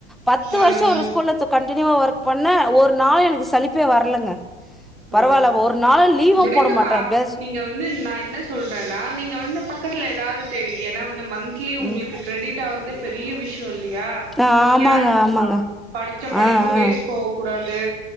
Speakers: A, in the centre; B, on the right (about 65°).
A: பத்து
B: ஆ
A: வருஷோ
B: ஆ
A: ஒரு ஸ்கூல்ல கன்டினியுவா ஒர்க் பண் ன்ன ஒரு நாளு எனக்கு சளிப்பே வர் லங்க பரவாயில்ல
B: ஓ
A: ஒரு நாளு லீவு
B: விடுங்கப்பா
A: போட மாட்டே பேஸ்
B: நீங்க வந்து நா என்ன சொல்றேனா நீங்க வந்து பக்கத்துல ஏதாவ்து தெரி ஏனா வந் து மந்த்லி உங்களுக்கு
A: ம்.
B: கிரெடிட் ஆகுரதே பெரிய விஷயோ இல்லயா
A: ஆமாங்க,
B: நமக்கு யாரு குடுப்பா
A: ஆமாங்க.
B: படிச்ச படிப்ப
A: ஆ,
B: வேஸ்ட்
A: ஆ.
B: போககூடாது